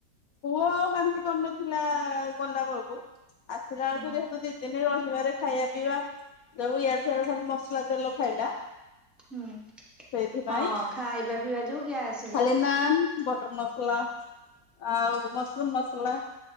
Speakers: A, on the left (about 70°); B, in the centre.
A: ପୁଅ ବାନ୍ତି କରି ନଥିଲା ଗଲା ବେଳକୁ। ଆସିଲା ବେଳକୁ
B: ହୁଁ
A: ଯେହେତୁ ଦି ଦିନ ରହିବାରେ ଖାଇବା ପିଇବା ସବୁ ୟା ସିଆଡୁ ଖାଲି ମସଲା ତେଲ ଖାଇଲା।
B: ହୁଁ
A: ସେଇଥିପାଇଁ
B: ହଁ ଖାଇବା ପିଇବା ଯୋଗୁ ଗ୍ୟାସ।
A: ଖାଲି ନାନ୍ ବଟର ମସଲା ଆଉ ମସରୁମ ମସଲା।